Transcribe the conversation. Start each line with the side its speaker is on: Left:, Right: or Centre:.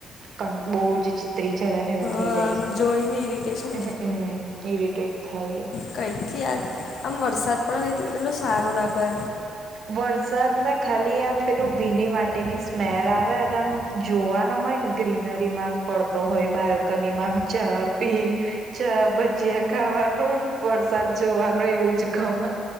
Right: કન બો જી જી ત્રી ચરને એવું થઈ
Left: આમ
Right: જાય છે,
Left: જોઈને ઇરિટેશન
Right: <unintelligible> ઇરીટેટ થાય
Left: કંઈથી આજ આમ વરસાદ પડે તો એટલો સારું લાગે
Right: વરસાદ ના ખાલી આમ પેલું ભીની માટી ની સ્મેલ આવે અને આમ જોવાનો હોય ને ગ્રીનરી માંમ પડતો હોય બાલ્કનીમાંમ ચા પીન ચા ભજીયા ખાવાનું વરસાદ જોવાનું એવું જ ગમે